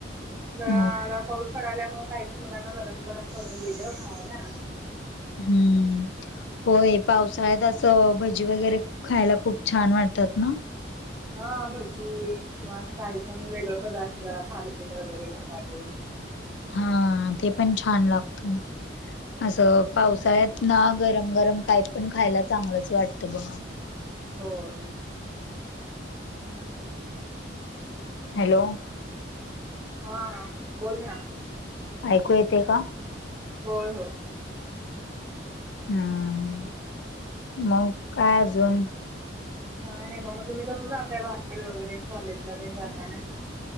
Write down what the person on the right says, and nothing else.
जरा
पाऊस पडाल्यामुळे काहीत मुलांना गरम गरम करून दिलं खायला.
हा भजी किंवा काही पण वेगळे पदार्थ जरा थालेपीठ वगैरे धपाटे.
होय. <unintelligible>
हा, बोल ना.
होय होय.
काय नाही म मग तुम्ही कसं जाताय बाहेर वगैरे? कॉलेजला तेण जाताय ना?